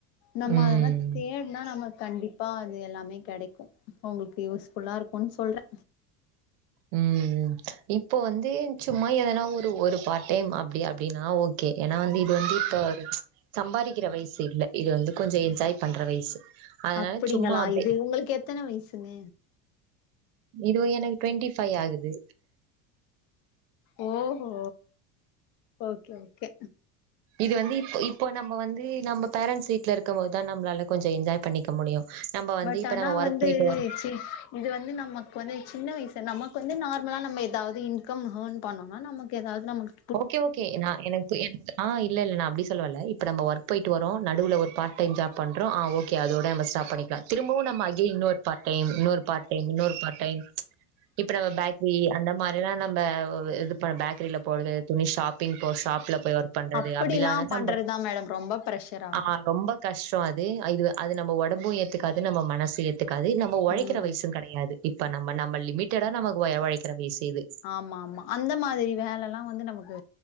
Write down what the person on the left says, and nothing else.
நம்ம
அதெல்லா தேட்னா நம்ம கண்டிப்பா அது எல்லாமே கெடைக்கு உங்களுக்கு யூஸ்ஃபுல்லா இருக்குன் சொல்றே
அப்பிடிங்களா
இது உங்களுக்கு எத்தன வயசுங்க
ஓஹோ ஓகே ஓகே
பட்
ஆனா
வந்து
சி இது வந்து நமக்கு வந்து சின்ன வயசு நமக்கு வந்து நார்மலா நம்ம எதாவ்து இன்கம் ஹேர்ன் பண்ணோனா நமக்கு எதாவ்து நமக்
அப்படிலா
பண்றதுதா
மேடம் ரொம்ப ப்ரெஷர் ஆகு
ம்
ஆமாம்மா அந்த மாதிரி வேலலா வந்து நமக்கு